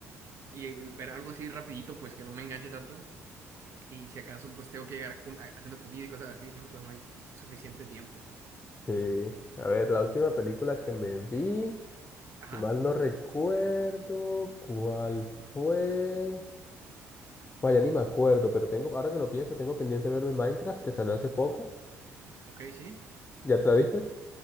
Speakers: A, on the right; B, on the left.
A: y ver algo así rapidito, pues que no me enganche tanto. Y si acaso, pues tengo que llegar com- a- haciendo comida y cosas así, ¿no? Entonces no hay suficiente tiempo.
B: Sí. A ver, la última película que me vi,
A: Ajá,
B: si mal no recuerdo, ¿cuál fue? Bueno, ya ni me acuerdo, pero tengo, ahora que lo pienso, tengo pendiente verme Minecraft, que salió hace poco.
A: ok, sí.
B: ¿Ya te la viste?